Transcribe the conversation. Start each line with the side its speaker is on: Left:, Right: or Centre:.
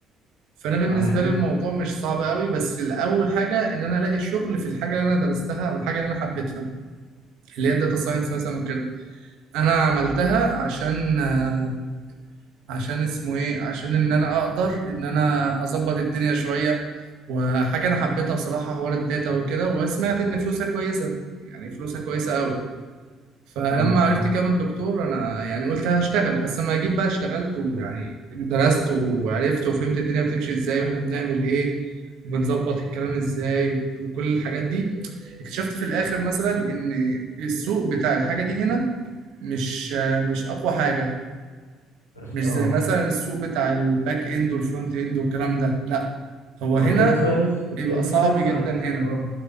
Right: فانا بالنسبه
Left: أه يعني
Right: لي الموضوع مش صعب قوي بس الاول حاجه ان انا الاقي شغل في الحاجه اللي انا درستها او الحاجه اللي انا حبيتها اللي هي الداتا ساينس مثلا وكده انا عملتها عشان آه، عشان اسمه ايه عشان ان انا اقدر ان انا اظبط الدنيا شويه وحاجة أنا حبيتها بصراحة حوار الداتا وكده وسمعت إن فلوسها كويسة يعني فلوسها كويسة أوي فلما
Left: أه بصراحة
Right: عرفت كام الدكتور أنا يعني قلت هشتغل بس لما جيت بقى اشتغلت ويعني درست وعرفت وفهمت الدنيا بتمشي إزاي وإحنا بنعمل إيه وبنظبط الكلام إزاي وكل الحاجات دي اكتشفت في الآخر مثلا إن السوق بتاع الحاجة دي هنا مش مش أقوى حاجة
Left: بس
Right: مش
Left: أه
Right: زي مثلا السوق بتاع الباك إند والفرونت إند والكلام ده لأ هو
Left: هو
Right: هنا
Left: الداتا ساينس الداتا
Right: بيبقى صعب
Left: ساينس
Right: جدا
Left: على فكرة
Right: هنا
Left: أه